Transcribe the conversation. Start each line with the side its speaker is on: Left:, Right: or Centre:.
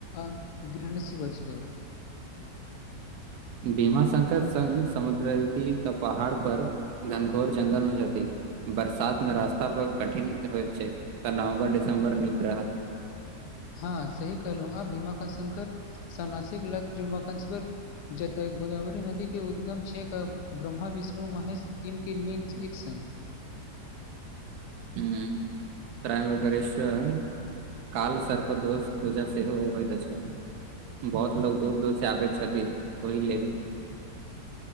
Left: आ गृहणसँ बरस बर
Right: भीमाशंकर संग समुद्र क पहाड़ पर घनघोर जंगल मे जेती बरसात मे रास्ता पर कठिन होइत छै तऽ नवम्बर डिसम्बर नीक रहत
Left: हँ सही कहलौं आ हीमाक शंकर श नासिक ल त्रंबकेश्वर जतय गोदावरी नदी के उद्गम छै क ब्रह्म विष्णु महेश तीन के लिङ् एक संग
Right: हूं प्रायय करेशम काल सर्प दोष पूजा सेहो होयतऽ अछि बहुत लोग दूर - दूर से आबैत छथि ओहि लेल